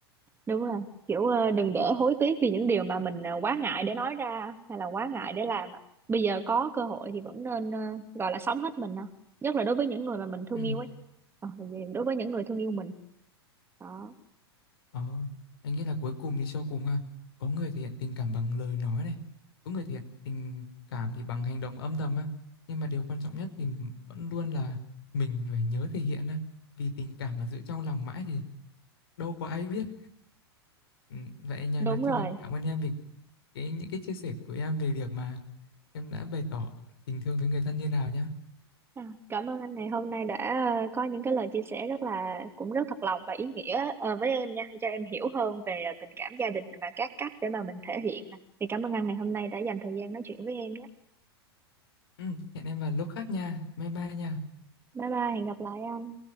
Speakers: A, on the right; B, on the left.
A: đúng rồi kiểu ờ, đừng để hối tiếc vì những điều mà mình ờ, quá ngại để nói ra hay là quá ngại để làm bây giờ có cơ hội thì vẫn nên ờ, gọi là sống hết mình ha nhất là đối với những người mà mình thương
B: ừ.
A: yêu ấy Ờ, đối với những người thương yêu mình đó
B: ờ, anh nghĩ là cuối cùng đi cho cùng ha có người thể hiện tình cảm bằng lời nói này có người thể hiện tình cảm thì bằng hành động âm thầm ha nhưng mà điều quan trọng nhất thì vẫn luôn là mình phải nhớ thể hiện ha vì tình cảm mà giữ trong lòng mãi thì đâu có ai biết Ừ, Vậy nha,
A: đúng
B: nói chung
A: rồi
B: là cảm ơn em vì cái những cái chia sẻ của em về việc mà em đã bày tỏ tình thương với người thân như nào nhá.
A: à, cảm ơn anh ngày hôm nay đã ờ, có những cái lời chia sẻ rất là cũng rất thật lòng và ý nghĩa ờ, với em nha cho em hiểu hơn về ờ, tình cảm gia đình và các cách để mà mình thể hiện nè thì cảm ơn anh ngày hôm nay đã dành thời gian nói chuyện với em nhé
B: Ừ, hẹn em vào lúc khác nha. Bye bye nha.
A: bye bye hẹn gặp lại anh